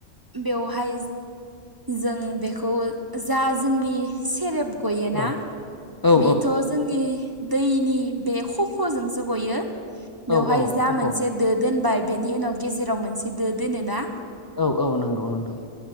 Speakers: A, on the right (about 20°); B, on the left (about 30°).
A: बेवहाय जों बेखौ जा जोंनि सेरेब गयोना
B: औ औ
A: बेथ' जोंनि दैनि बे खफ'जोंसो गयो बेवहाय
B: औ औ
A: जा
B: खफ'
A: मोनसे दो दोनबाय बेनि उनाव गेजेराव मोनसे दो दोनोना
B: औ औ नंगौ नोंथां